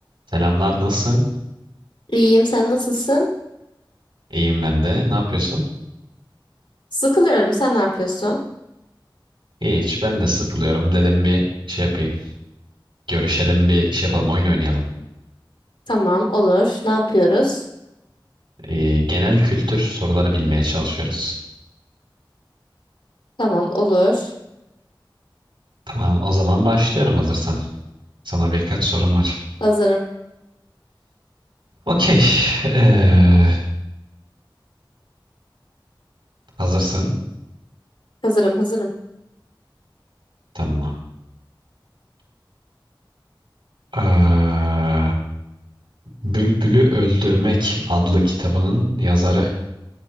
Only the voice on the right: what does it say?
Selamlar, nasılsın?
İyiyim ben de. Ne yapıyorsun?
Hiç, ben de sıkılıyorum. Dedim bir şey yapayım. Görüşelim, bir şey yapalım, oyun oynayalım.
Ee, genel kültür soruları bilmeye çalışıyoruz.
Tamam, o zaman başlıyorum hazırsan. Sana birkaç sorum var.
Okey. Ee, hazırsın.
Tamam. Ee, Bülbül'ü Öldürmek adlı kitabının yazarı